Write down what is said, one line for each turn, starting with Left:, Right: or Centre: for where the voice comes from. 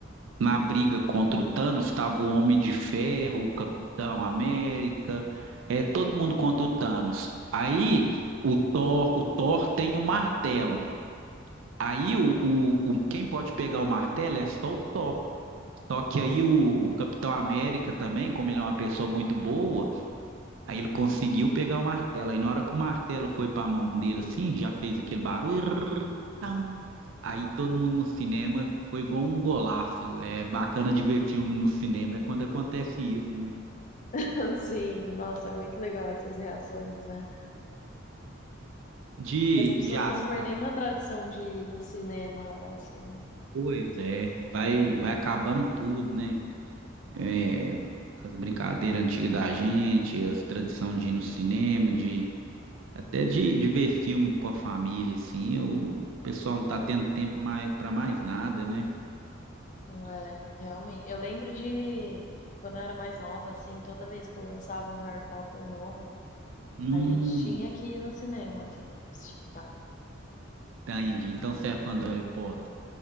Right: na briga contra o Thanos, estava o Homem de Ferro, o Capitão América, é, todo mundo contra o Thanos. Aí o Thor, o Thor tem o martelo. Aí o, o- o- quem pode pegar o martelo é só o Thor. Só que aí o, o Capitão América também, como ele é uma pessoa muito boa, Aí ele conseguiu pegar o martelo. Aí na hora que o martelo foi para a mão dele assim, já fez aquele barulho. Irrrr, tam. Aí todo mundo no cinema foi igual um golaço. É bacana de ver filme no cinema é quando acontece isso, né?
Left: <laughs> Sim, nossa, é muito legal essas reações, né?
Right: De,
Left: E as pessoas
Right: de ação,
Left: estão perdendo a tradição de ir no cinema, né? Assim,
Right: pois é, vai, vai acabando tudo, né? É, as brincadeiras antigas da gente, as tradições de ir no cinema, de até de, de ver filme com a família, assim, o pessoal não tá tendo tempo mais para mais nada, né?
Left: não é, realmente. Eu lembro de quando eu era mais nova, assim, toda vez que lançava um Harry Potter novo,
Right: Hum,
Left: a gente tinha que ir no cinema, assim, pra assistir, sabe?
Right: tá, Indy. Então você é fã do Harry Potter.